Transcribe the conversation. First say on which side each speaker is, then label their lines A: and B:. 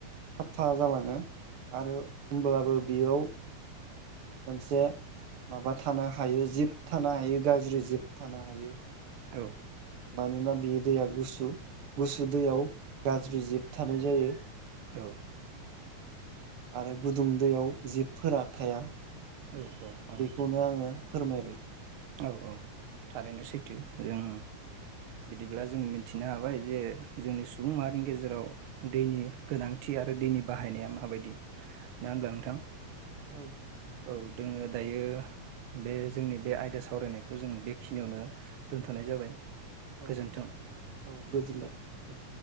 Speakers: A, on the right; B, on the right.
A: साब फा जालाङो। आरो होमब्लाबो बियाव मोनसे माबा थानो हायो जिब थानो हायो गाज्रि जिब थानो हायो।
B: औ
A: मानोना बियो दैया गुसु गुसु दैयाव गाज्रि जिब थानाय जायो।
B: औ
A: आरो गुदुं दैयाव जिबफोरा थाया।
B: औ औ
A: बेखौनो आङो फोरमायबाय।
B: औ औ थारैनो सैथो। जों बिदिब्ला जों मिथिनो हाबाय जे जोंनि सुबुं माहारिनि गेजेराव दैनि गोनांथि आरो दैनि बाहायनाया माबायदि ना होनब्ला नोंथां?
A: औ
B: औ दोङो दायो बे जोंनि बे आयदा सावरायनायखौ जों बेखिनियावनो दोनथ'नाय जाबाय।
A: औ
B: गोजोन्थों
A: औ गोजोनबाय। दे